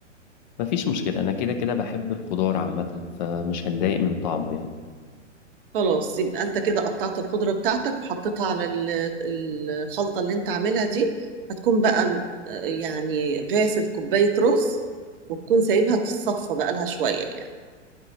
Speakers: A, on the left; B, on the right.
A: مفيش مشكلة أنا كده كده بحب الخضار عامة فمش هتضايق من طعمه يعني
B: خلاص يبقى انت كده قطعت الخضرة بتاعتك وحطيتها على ال- الخلطة اللي انت عاملها دي هتكون بقى م- يعني غاسل كوباية رز وتكون سايبها تتصفى بقى لها شوية يعني